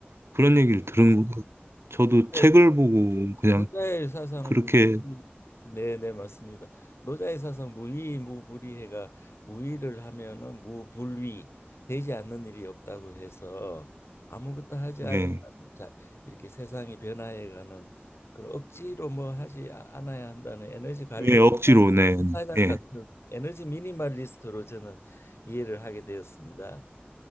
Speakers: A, on the right; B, on the left.
A: 그런 얘기를 들은 거- 저도
B: 네,
A: 책을
B: 노-
A: 보고 그냥
B: 노자의 사상은
A: 그렇게
B: 무의, 네, 네, 맞습니다. 노자의 사상 무의 무불의해가 무의를 하면은 무불위 되지 않는 일이 없다고 해서 아무것도 하지 하지만
A: 예,
B: 자, 이렇게 세상이 변화해가는 그런 억지로 뭐 하지 아- 않아야 한다는 에너지 관리
A: 예
B: 원단,
A: 억지로 네,
B: 사장
A: 예.
B: 같은 에너지 미니멀리스트로 저는 이해를 하게 되었습니다.